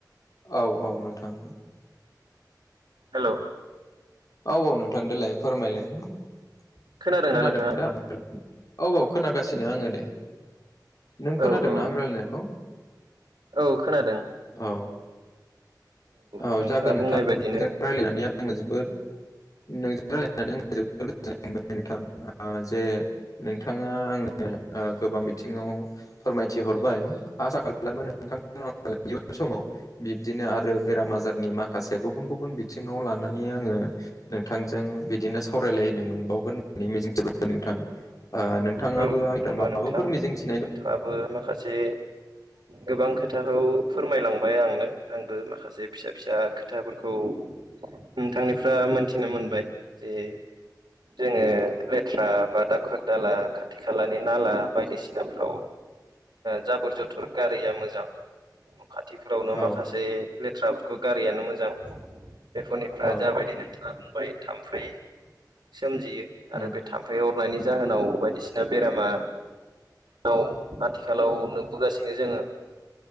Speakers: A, on the left; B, on the right.
A: औ औ नोंथां
B: हेल'
A: औ औ नोंथां देलाय फोरमायलाय खोनादों
B: खोनादोंना नोंथाङा
A: नोंथां? औ औ खोनागासिनो आङो दे। नों
B: औ
A: खोनादों
B: औ
A: ना आं रायलायनायखौ?
B: औ खोनादों।
A: औ औ
B: नोंथाङा
A: जागोन नोंथां
B: बुंनाय बायदिनो
A: न रायज्लायनानै आङो जोबोद नोंसोर रायजलायनानै आ जोर नोंथां जे नोंथाङा आंनो गोबां बिथिङाव फोरमायथिहरबाय आसा खालामो इयुन समाव बिब्दिनो आरो बेराम आजारनि माखासे गुबुन गुबुन बिथिङाव लानानै आङो नोंथांजों बिदिनो सावरायलायनो मोनबावगोन होननानै मिजिंथि नोंथां। ओ नोंथाङाबो
B: औ
A: आंनिफ्राय
B: नंगौ
A: माबाफोर
B: नोंथां
A: मिजिंथि
B: नोंथाङाबो माखासे
A: औ
B: गोबां खोथाखौ फोरमायलांबाय आंनो आंबो माखासे फिसा फिसा खोथाफोरखौ नोंथांनिफ्राय मोनथिनो मोनबाय जे जोङो लेथ्रा बा दाखोर दाला खाथि खालानि नाला बायदिसिना फ्राव जाबोर जथुर गारिया मोजां न' खाथिफोरावनो
A: औ
B: माखासे लेथ्राफोरखौ गारियानो मोजां। बेफोरनिफ्रा
A: औ
B: जाबायदि नोंथाङा बुंबाय थाम्फै सोमजियो
A: उम
B: आरो बे थाम्फै थाम्फै अरनायनि जाहोनाव बायदिसिना बेरामा औ आथिखालाव नुबोगासिनो जोङो